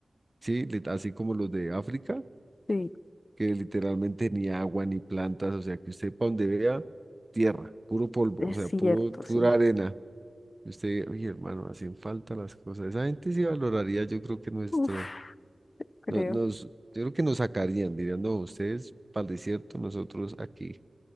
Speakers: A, on the right; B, on the left.
A: sí, lit- así como los de África,
B: sí,
A: que literalmente ni agua ni plantas. O sea, que usted para donde vea, tierra, puro polvo,
B: es
A: o sea,
B: cierto,
A: puro,
B: sí.
A: pura arena. Y usted, oye, hermano, hacen falta las cosas. Esa gente sí valoraría, yo creo que nuestro,
B: Uf, creo.
A: no- nos, yo creo que nos sacarían, dirían, no, ustedes para el desierto, nosotros aquí.